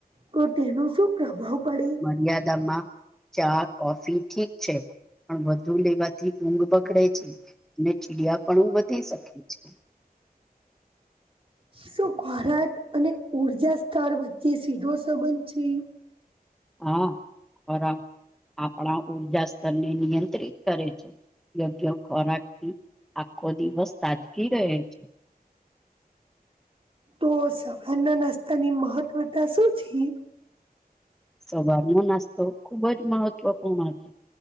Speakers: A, on the right (about 35°); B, in the centre.
A: તો, તેનો શું પ્રભાવ પડે
B: મર્યાદામાં ચા, કોફી ઠીક છે. પણ વધુ લેવાથી ઊંઘ બગડે છે, અને ચીડિયાપણું વધી શકે છે.
A: શું ખોરાક અને ઉર્જા સ્થળ વચ્ચે સીધો સંબંધ છે.
B: હા, ખોરાક આપણા ઉર્જા સ્તરને નિયંત્રિત કરે છે. યોગ્ય ખોરાકથી આખો દિવસ તાજગી રહે છે.
A: તો સવારના નાસ્તાની મહત્વતતા શું છે.
B: સવારનો નાસ્તો, ખુબ જ મહત્વપૂર્ણ છે.